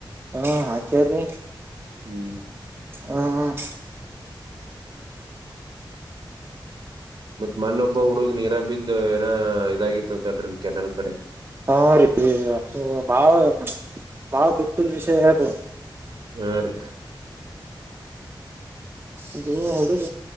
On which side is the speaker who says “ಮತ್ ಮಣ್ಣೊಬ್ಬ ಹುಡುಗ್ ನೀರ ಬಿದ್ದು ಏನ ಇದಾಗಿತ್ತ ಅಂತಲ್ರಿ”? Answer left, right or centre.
Right